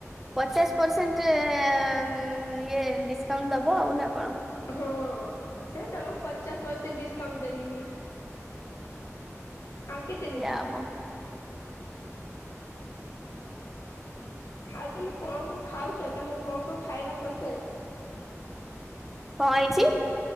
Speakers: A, in the centre; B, on the left.
A: ପଚାଶ ପରସେଣ୍ଟ ଏ ଉଁ ଇଏ ଡିସକାଉଣ୍ଟ ଦବ ଆଉ ନା କଣ?
B: ହଁ ଏ ତମକୁ ପଚାଶ ପରସେଣ୍ଟ ଡିସକାଉଣ୍ଟ ଡେଲି ନୁହେଁ ଆଉ କେତେ ଦେବି
A: ଯା ହୋଉ।
B: ଆଉ ତମେ କଣ କଣ ଖାଉଚ ତମକୁ କଣ କଣ ଖାଇବା ପସନ୍ଦ?
A: କଣ ହେଇଚି?